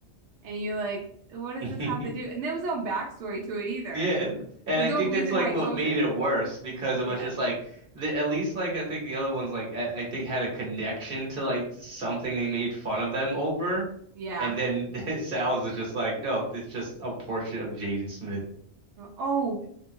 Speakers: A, on the right; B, on the right.
A: and you're like, what does
B: <laughs>
A: this have to do? And there was no backstory to it either.
B: Yeah, and
A: There's
B: I
A: no
B: think
A: reason
B: that's like
A: why he
B: what
A: chose
B: made
A: it.
B: it worse because it
A: Yeah.
B: was just like the at least like I think the other ones like I, I think had a connection to like something they made fun of them over,
A: Yeah.
B: and then <laughs> Sal's is just like no, it's just a portrait of Jaden Smith.
A: Oh,